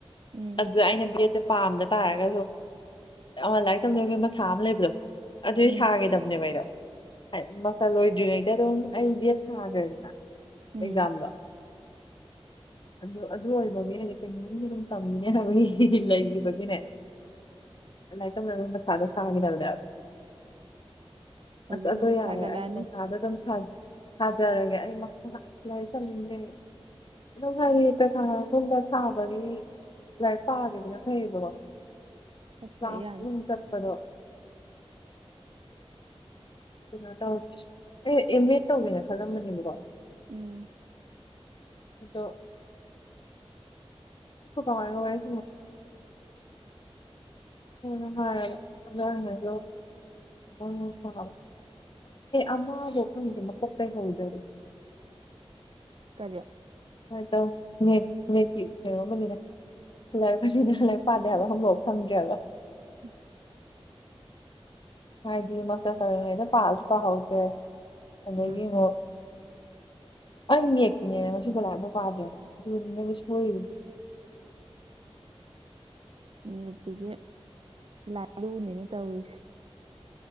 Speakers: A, on the right; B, on the left.
A: ꯎꯝ
B: ꯑꯗꯨ ꯑꯩꯅ ꯆ ꯄꯥꯝꯗ ꯇꯥꯔꯒꯁꯨ ꯑ ꯂꯥꯏꯔꯤꯛ ꯇꯝꯖꯕꯒꯤ ꯃꯊꯥ ꯑꯃ ꯂꯩꯕꯗꯣ ꯑꯗꯨꯏ
A: ꯎꯝ
B: ꯁꯥꯒꯗꯕꯅꯦꯕ ꯑꯩꯗꯣ ꯃꯁ ꯂꯣꯏꯗ꯭ꯔꯤꯉꯩꯗ ꯑꯗꯨꯝ ꯑꯩ ꯠ ꯊꯥꯈ꯭ꯔꯦꯗꯅ
A: ꯎꯝ
B: ꯑꯦꯛꯖꯥꯝꯗꯣ ꯑꯗꯨ ꯑꯗꯨ ꯑꯣꯏꯕꯒꯤꯗꯤ ꯀꯩ ꯇꯝꯃꯤꯅꯦ ꯍꯥꯏꯕꯒꯤ ꯂꯩꯔꯤꯕ ꯏꯅꯦ ꯑꯦꯏꯇ ꯂꯗꯗꯕ
A: ꯍꯧꯖꯤꯛꯁꯤ
B: ꯑꯁ ꯑꯗꯨ ꯌꯥꯔꯦ
A: ꯁꯥꯒꯠꯂꯛꯑꯅꯤ
B: ꯑꯩ ꯃꯈꯥꯗ ꯑꯗꯨꯝ ꯁꯥꯖꯔꯒꯦ ꯃ ꯌꯥ ꯆꯖꯦ ꯑꯗꯨꯝ ꯍꯥꯏꯌꯦ ꯇꯈꯥꯒꯨꯝꯕ ꯊꯥꯕꯒꯤ ꯂꯥꯏꯔꯤꯛ ꯄꯥꯈꯤꯕꯕꯅ ꯐꯩꯌꯦꯕꯀꯣ
A: ꯈꯔ ꯐꯔꯛ
B: ꯋꯥꯁ
A: ꯌꯥꯅꯤ
B: ꯆꯈꯗꯣ
A: <inaudible>
B: ꯀꯩꯅꯣ ꯇ ꯑꯦ ꯑꯦꯝ ꯑꯦ ꯇꯧꯒꯦꯅ ꯈꯜꯂꯝꯕꯅꯦꯕꯀꯣ
A: ꯎꯝ
B: ꯑꯗꯣ ꯔ ꯑꯣꯏ ꯑꯅ ꯍꯥꯏ ꯂ ꯃꯣꯏꯅꯕ ꯑꯃꯕꯨ ꯈꯪꯗꯦ ꯃꯀꯣꯛꯇꯩ ꯍꯧꯗꯔꯦ
A: ꯀꯔꯤ
B: ꯍꯣꯏ ꯇꯧ <unintelligible> ꯀꯩꯨꯝꯕꯅꯤꯅ ꯂꯥꯏꯔꯕꯅꯤꯅ ꯂꯥꯏꯛ ꯄꯥꯗꯩꯕ ꯍꯪꯐ ꯐꯪꯗ꯭ꯔꯦꯕ
A: ꯎꯝ
B: ꯍꯥꯏꯗꯤ ꯃꯛꯆꯥ ꯇꯧꯔꯤꯉꯩꯗ ꯄꯥꯜꯂꯁꯨ ꯄꯥꯍꯧꯗ꯭ꯔꯦ ꯑꯗꯒꯤ
A: ꯎꯝ
B: ꯑꯃꯨꯛ ꯑꯩ ꯅꯛꯇꯤꯅꯦꯅꯦ ꯉꯕꯨꯂꯥꯞ ꯑꯃ ꯄꯥꯗꯦꯕ ꯑꯗꯨꯅꯤ ꯅꯪꯕꯨ ꯁꯣꯏꯔꯤꯅꯦ
A: <inaudible> ꯃꯦꯠꯀꯤꯁꯦ ꯂꯥꯏꯔꯨꯅꯦꯅ ꯇꯧꯔꯤꯁꯦ